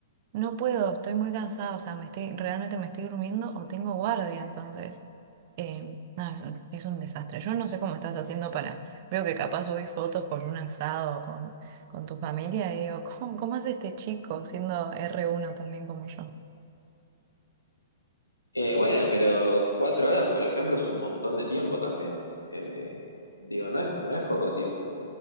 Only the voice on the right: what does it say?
no puedo, estoy muy cansada, o sea, me estoy, realmente me estoy durmiendo o tengo guardia, entonces, eh, no, es un, es un desastre. Yo no sé cómo estás haciendo para, veo que capaz subís fotos con un asado, con, con tu familia, y digo, ¿cómo, cómo hace este chico siendo r uno también como yo?